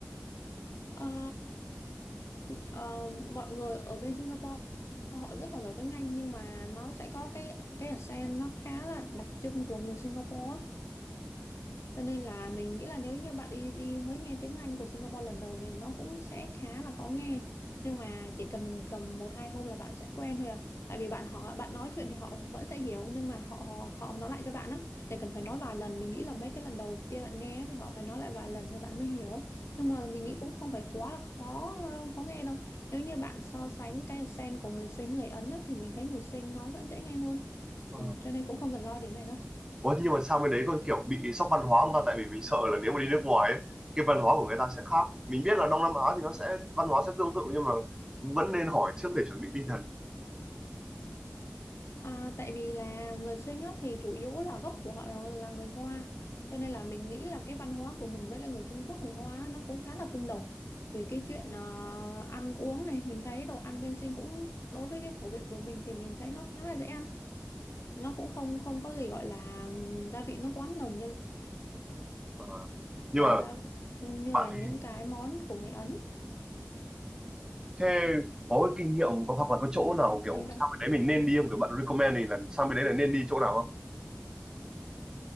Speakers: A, on the left; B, on the right.
A: Ờ, ờ, mọi người ở bên Singapore họ rất là giỏi tiếng Anh nhưng mà nó sẽ có cái cái accent nó khá là đặc trưng của người Singapore á. Cho nên là mình nghĩ là nếu như bạn đi đi mới nghe tiếng Anh của Singapore lần đầu thì nó cũng sẽ khá là khó nghe. Nhưng mà chỉ cần cầm một hai hôm là bạn sẽ quen thôi à. Tại vì bạn họ bạn nói chuyện thì họ vẫn sẽ hiểu nhưng mà họ họ, họ nói lại cho bạn á để cần phải nói vài lần. Mình nghĩ là mấy cái lần đầu tiên bạn nghe thì họ phải nói lại vài lần thì bạn mới hiểu. Nhưng mà mình nghĩ cũng không phải quá là khó ờ, khó nghe đâu. Nếu như bạn so sánh cái accent của người Sinh người Ấn á, thì mình thấy người Sinh nói vẫn dễ nghe hơn.
B: Ờ.
A: Ừ, cho nên cũng không cần lo điểm này đâu.
B: Ủa thế nhưng mà sang bên đấy còn kiểu bị sốc văn hóa không ta tại vì mình sợ là nếu mà đi nước ngoài ấy, cái văn hóa của người ta sẽ khác mình biết là Đông Nam Á thì nó sẽ văn hóa sẽ tương tự nhưng mà vẫn nên hỏi trước để chuẩn bị tinh thần
A: À, tại vì là người sinh á, thì chủ yếu là gốc của họ là, là người Hoa cho nên là mình nghĩ là cái văn hóa của mình với lại người Trung Quốc người Hoa á, nó cũng khá là tương đồng về cái chuyện ờ, ăn uống này mình thấy đồ ăn bên sinh cũng đối với cái khẩu vị của mình thì mình thấy nó khá là dễ ăn nó cũng không không có gì gọi là ừm, gia vị nó quá nồng như
B: Ờ. nhưng
A: là
B: mà
A: gia, như
B: bạn
A: là những
B: thì
A: cái món của người Ấn
B: thế có cái kinh nghiệm có hoặc là có chỗ nào kiểu
A: Ừ,
B: sang bên đấy mình nên đi không kiểu bạn recommend thì là sang bên đấy là nên đi chỗ nào không